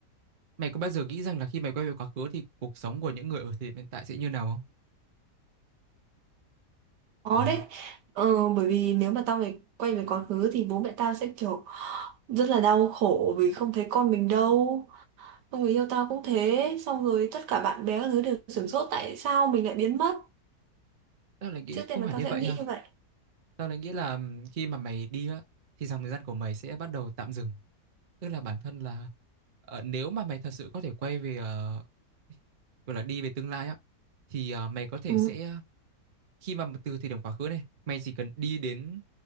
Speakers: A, on the right; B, on the right.
A: mày có bao giờ nghĩ rằng là khi mày quay về quá khứ thì cuộc sống của những người ở thời điểm hiện tại sẽ như nào không?
B: khó
A: Ờ,
B: đấy ờ, bởi vì nếu mà tao này quay về quá khứ thì bố mẹ tao sẽ kiểu rất là đau khổ vì không thấy con mình đâu xong người yêu tao cũng thế xong rồi tất cả bạn bè các thứ đều sửng sốt tại sao mình lại biến mất
A: tao lại nghĩ
B: trước tiên
A: không
B: là
A: hẳn
B: tao
A: như
B: sẽ
A: vậy
B: nghĩ
A: nha.
B: như vậy
A: Tao lại nghĩ là ừm, khi mà mày đi á thì dòng thời gian của mày sẽ bắt đầu tạm dừng tức là bản thân là ờ, nếu mà mày thật sự có thể quay về ờ, gọi là đi về tương lai á thì ờ, mày có thể
B: Ừ.
A: sẽ ờ, khi mà từ thời điểm quá khứ này mày chỉ cần đi đến